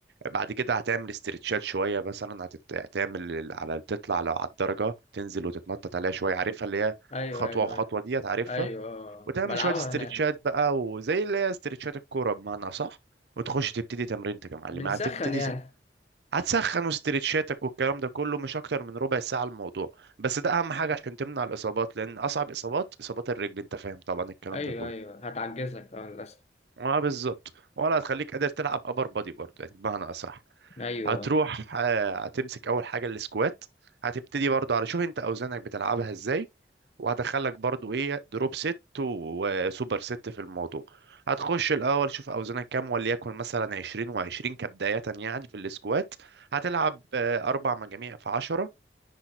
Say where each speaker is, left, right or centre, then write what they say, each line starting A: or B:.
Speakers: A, on the right; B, on the left.
A: بعد كده هتعمل استرتشات شويه مثلا هتت- هتعمل ال- على تطلع لو على الدرجه تنزل وتتنطط عليها شويه عارفها اللي هي
B: ايوه
A: خطوه
B: ايوه
A: وخطوه
B: ايوه
A: دي هتعرفها
B: ايوه آه.
A: وتعمل
B: بلعبها
A: شويه استرتشات
B: هناك
A: بقى وزي اللي هي استرتشات الكوره بمعنى صح وتخش تبتدي تمرينتك يا معلم
B: بنسخن
A: هتبتدي
B: يعني
A: س- هتسخن استرتشاتك والكلام ده كله مش اكتر من ربع ساعه الموضوع بس ده اهم حاجه عشان تمنع الاصابات لان اصعب اصابات اصابات الرجل انت فاهم طبعا الكلام
B: ايوه
A: ده كله
B: ايوه هتعجزك اه للاسف
A: اه بالظبط ولا هتخليك قادر تلعب ابر بادي برضه يعني بمعنى اصح
B: ايوه
A: هتروح آه، هتمسك اول حاجه السكوات هتبتدي برضه على شوف انت اوزانك بتلعبها ازاي وهدخلك برضه ايه دروب ست وسوبر ست في الموضوع هتخش الاول شوف اوزانك كام وليكن مثلا 20 و20 كبدايه يعني في السكوات هتلعب آه، اربع مجاميع في 10